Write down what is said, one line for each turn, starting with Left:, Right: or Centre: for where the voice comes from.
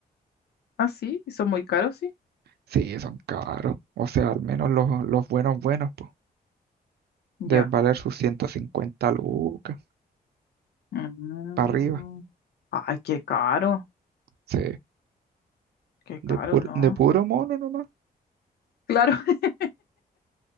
Left: Ah, sí, son muy caros, sí.
Right: Sí, son caros. O sea, al menos los, los buenos, buenos, pues.
Left: Ya.
Right: Deben valer sus 150 lucas,
Left: Mm.
Right: para arriba.
Left: Ay, qué caro,
Right: Sí,
Left: qué caro,
Right: de, pur-
Left: no.
Right: de puro mono nomás.
Left: Claro, <laughs>